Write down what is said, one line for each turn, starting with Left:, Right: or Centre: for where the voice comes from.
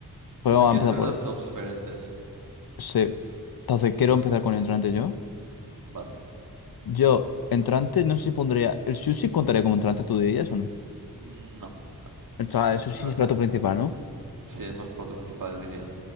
Left: Pues
Right: O sea,
Left: vamos
Right: ¿quieres
Left: a empezar
Right: hacer
Left: por.
Right: dos tops diferentes?
Left: Sí. Entonces, quiero
Right: Bueno,
Left: empezar con entrantes yo.
Right: vale.
Left: Yo, entrantes, no sé si pondría. ¿El sushi contaría como entrante, tú dirías o no?
Right: Mm, No, no.
Left: O sea,
Right: Eso sí
Left: el
Right: no es
Left: sushi
Right: entrante.
Left: es plato principal, ¿no?
Right: Sí, es más plato principal, yo diría.